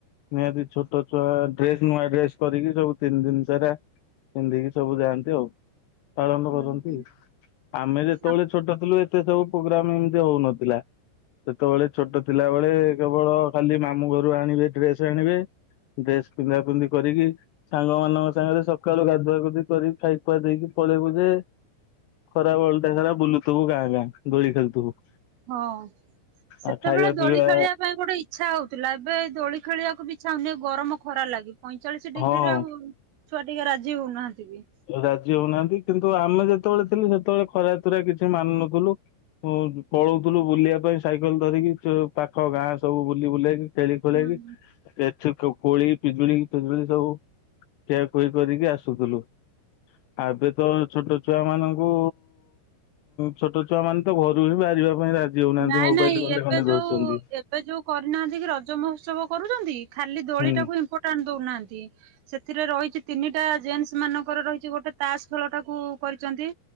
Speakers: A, on the left; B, on the right.
A: ନିହାତି ଛୋଟ ଛୁଆ। ଡ୍ରେସ୍ ନୂଆ ଡ୍ରେସ୍ କରିକି ସବୁ ତିନି ଦିନ ସାରା ପିନ୍ଧିକି ସବୁ ଯାଆନ୍ତି ଆଉ। ପାଳନ
B: ହୁଁ
A: କରନ୍ତି।
B: ହୁଁ
A: ଆମେ ଯେତେଳେ
B: ଆ
A: ଛୋଟ ଥିଲୁ ଏତେ ସବୁ ପ୍ରୋଗ୍ରାମ ଏମିତି ହଉନଥିଲା। ସେତେବେଳେ ଛୋଟ ଥିଲାବେଳେ କେବଳ ଖାଲି ମାମୁଁ ଘରୁ ଆଣିବେ ଡ୍ରେସ ଆଣିବେ। ଡ୍ରେସ ପିନ୍ଧା ପିନ୍ଧି କରିକି ସାଙ୍ଗ ମାନଙ୍କ ସାଙ୍ଗରେ ସକାଳୁ ଗାଧୁଆ ଗଧି କରି ଖାଇ ପଆ ଦେଇକି ପଳେଇବୁ ଯେ ଖରା ବେଳ ଟା ସାରା ବୁଲୁଥିବୁ ଗାଁ ଗାଁ ଦୋଳି ଖେଳୁଥିବୁ।
B: ହଁ ସେତେବେଳେ
A: ଆଉ ଖାଇବା
B: ଦୋଳି
A: ପିଇବା
B: ଖେଳିବା ପାଇଁ ଗୋଟେ ଇଛ ଇ୍ଛା ହଉଥିଲା। ଏବେ ଦୋଳି ଖେଳିବାକୁ ବିଛ ହଉନି ଗରମ ଖରା ଲାଗେ ପଇଁଚାଳିଶ ଡିଗ୍ରୀରେ
A: ହଁ
B: ଆଉ ଛୁଆ ଟିକେ ରାଜି ହଉନାହାନ୍ତି ବି।
A: ରାଜି ହଉନାହାନ୍ତି କିନ୍ତୁ ଆମେ ଯେତେବେଳେ ଥିଲୁ ସେତେବେଳେ ଖରା ତରା କିଛି ମାନୁ ନଥିଲୁ। ପଳଉଥିଲୁ ବୁଲିବା ପାଇଁ ସାଇକେଲ ଧରିକି। ପାଖ ଗାଁ ସବୁ ବୁଲି ବୁଲେଇକି। ଟେଲି ଖୁଲେଗି
B: ହୁଁ
A: ଏ ସେ କୋ କୋଳି ପିଜୁଳି ପିଜୁଳି ସବୁ ଖଠିଆକୁହି କରିକି ଆସୁଥିଲୁ। ଏବେ ତ ଛୋଟ ଛୁଆ ମାନଙ୍କୁ ଛୋଟ ଛୁଆ ମାନେ ତ ଘରୁ ହିଁ ବାହାରିବା ପାଇଁ ରାଜି ହଉନାହାନ୍ତି
B: ନାଇଁ
A: ମୋବାଇଲ
B: ନାଇଁ
A: ଖଣ୍ଡେ
B: ଏବେ
A: ଖଣ୍ଡେ ଧରୁଛନ୍ତି।
B: ଯୋଉ ଏବେ ଯୋଉ କରିନାହାନ୍ତି କି ରଜ ମହୋତ୍ସବ କରୁଛନ୍ତି ଖାଲି ଦୋଳିଟାକୁ
A: ହୁଁ
B: ଇମ୍ପୋର୍ଟାଣ୍ଟ ଦଉନାହାନ୍ତି ସେଥିରେ ରହିଛି ତିନିଟା ଜେଣ୍ଟସ ମାନଙ୍କର ରହିଛି ଗୋଟେ ତାସ ଖେଳଟାକୁ କରିଛନ୍ତି